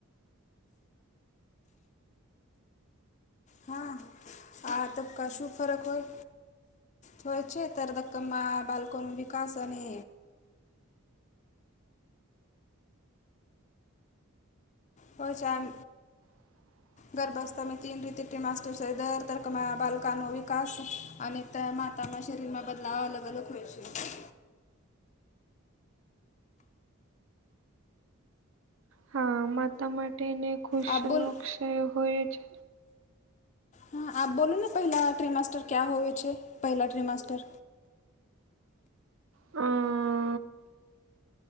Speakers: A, on the left; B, on the right.
A: હા આ તબકા શું ફરક હોય હોય છે તર કમાં બાલ્કોનો વિકાસ અને પચ આમ
B: <inaudible>
A: ગર્ભવસ્થામાં તીન રી મા દર તરકમા બલકાનો વિકાસ અને ત માતામાં શરીરમાં બદલાવ અલગ અલગ હોય છે.
B: હા માતા માટેને ખુશ
A: આ બોલ
B: નો ક્ષય હોય છે.
A: હા આ બોલુંને પહેલા ટ્રિમાસ્ટર ક્યા હોવે છે પહેલા ટ્રિમાસ્ટર
B: હમ.